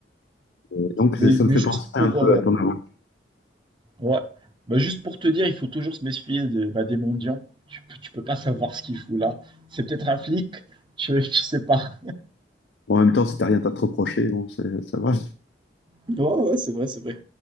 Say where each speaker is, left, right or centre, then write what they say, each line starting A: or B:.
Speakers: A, on the left (about 80°); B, on the right (about 25°).
A: Et donc, c'est-
B: Mais
A: ça
B: mais
A: me fait
B: juste
A: penser
B: pour,
A: un peu
B: heu
A: à ton avant.
B: Ouais. Bah, juste pour te dire, il faut toujours se méfier de- bah, des mendiants. Tu peux, tu peux pas savoir ce qu'il fout là. C'est peut-être un flic, tu, tu sais pas.
A: Bon, en même temps, si t'as rien à te reprocher, bon, c'est- ça va.
B: Ouais, ouais, c'est vrai, c'est vrai.